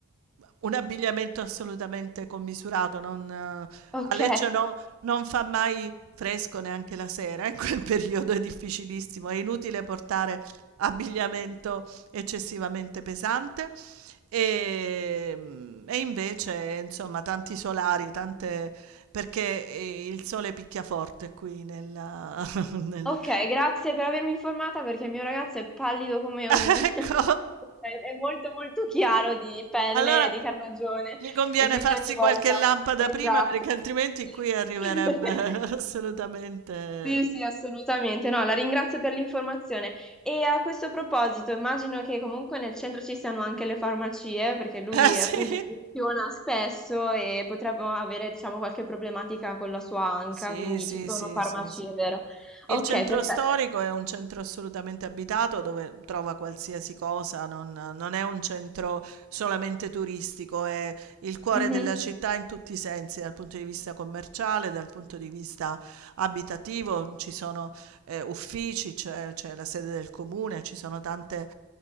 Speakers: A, on the right; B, in the centre.
A: un abbigliamento assolutamente commisurato, non, eh,
B: Ok,
A: a Lecce no- non fa mai fresco neanche la sera, in quel <laughs> periodo è difficilissimo, è inutile portare abbigliamento eccessivamente pesante e, mm, e invece insomma tanti solari, tante, perché eh, il sole picchia forte qui nella- <laughs> nel-
B: Ok, grazie per avermi informata perché il mio ragazzo è pallido come un...
A: Ecco.
B: <laughs> è è molto molto chiaro di pelle,
A: Allora
B: di carnagione
A: gli conviene
B: e quindi
A: farsi
B: ogni volta...
A: qualche lampada
B: Esatto.
A: prima perché altrimenti
B: Sì.
A: qui arriverebbe
B: <laughs>
A: <laughs> assolutamente
B: Sì, sì, assolutamente. No, la ringrazio per l'informazione. E a questo proposito, immagino che comunque nel centro ci siano anche le farmacie, perché lui
A: eh sì.
B: appunto funziona spesso e potrebbe avere, diciamo, qualche problematica con la sua anca,
A: Sì,
B: quindi
A: sì,
B: ci sono
A: sì,
B: farmacie,
A: sì, sì.
B: vero?
A: Il
B: Ok,
A: centro
B: perfetto.
A: storico è un centro assolutamente abitato dove trova qualsiasi cosa, non non è un centro solamente turistico, è il cuore
B: Mhm.
A: della città in tutti i sensi, dal punto di vista commerciale, dal punto di vista abitativo, ci sono eh, uffici, c'è, c'è la sede del comune, ci sono tante,